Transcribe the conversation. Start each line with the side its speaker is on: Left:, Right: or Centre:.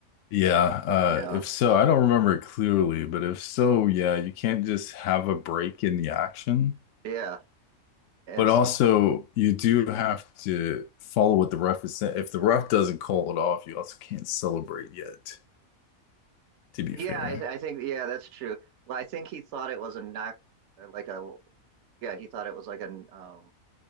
Left: Yeah, uh,
Right: you know?
Left: if so, I don't remember it clearly, but if so, yeah, you can't just have a break in the action.
Right: Yeah. And
Left: But also,
Right: so,
Left: you do have to follow what the ref is saying. If the ref doesn't call it off, you also can't celebrate yet, to be
Right: yeah,
Left: fair.
Right: I, I think, yeah, that's true. Well, I think he thought it was a knock, uh, like a, yeah, he thought it was like an, um,